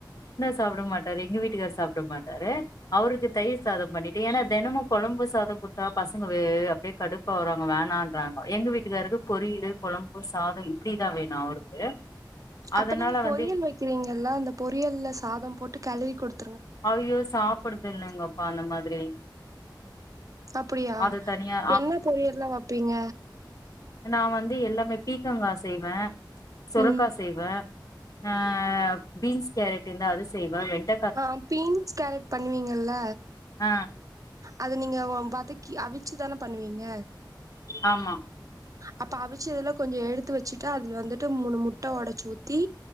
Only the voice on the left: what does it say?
சாப்ட மாட்டாரு எங்க வீட்டுக்கார் சாப் ட மாட்டாரு அவருக்கு தயிர் சாதம் பண்ணிட்டு ஏன்னா தினமு கொழம்பு சாதம் குடுத்தா பசங்க வே அப்டியே கடுப்பாவுராங்க வேணான்றாங்க எங்க வீட்டுக்காருக்கு பொரியலு கொழம்பு சாதோ இப்டிதா வேணு அவருக்கு அதனால
வந்து
ஐயோ சாப்ட்றது இல்லங்கப்பா அந்த மாதிரி
அது தனியா
நா வந்து எல்லாமே பீக்கங்கா செய்வே சுரக்கா
செய்வே ஆ பீன்ஸ் கேரட் இருந்தா அது செய்வே வெண்டக்
ஆ
ஆமா